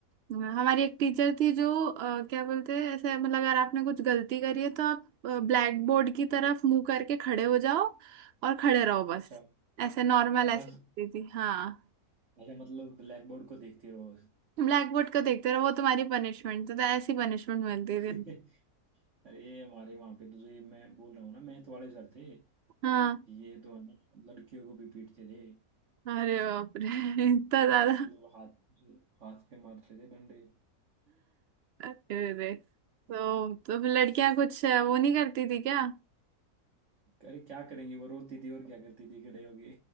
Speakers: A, on the right; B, on the right.
A: हाँ, हमारी एक टीचर थी जो अ, क्या बोलते हैं ऐसे मतलब अगर आपने कुछ गलती करी है तो आप ब्लैक बोर्ड की तरफ मुंह करके खड़े हो जाओ और खड़े रहो बस
B: अच्छा
A: ऐसे नॉर्मल
B: बस
A: ऐसे करती थी हाँ
B: अच्छा मतलब ब्लैक बोर्ड को देखते रहो बस
A: ब्लैक बोर्ड को देखते रहो वो तुम्हारी पनिशमेंट थी तो ऐसी पनिशमेंट मिलती
B: <laughs>
A: थी
B: अरे हमारे वहां पे तो जो ये मैं बोल रहा हूँ ना मैथ वाले सर थे
A: हाँ
B: ये तो है ना लड़कियों को भी पीटते थे
A: अरे बाप रे <laughs> इतना ज्यादा
B: मतलब हाथ हाथ पे मारते थे डंडे
A: अरे रे तो, तो फिर लड़कियां कुछ अ, वो नहीं करती थी क्या
B: अरे क्या करेंगी वो रोती थी और क्या करती थी खड़े होके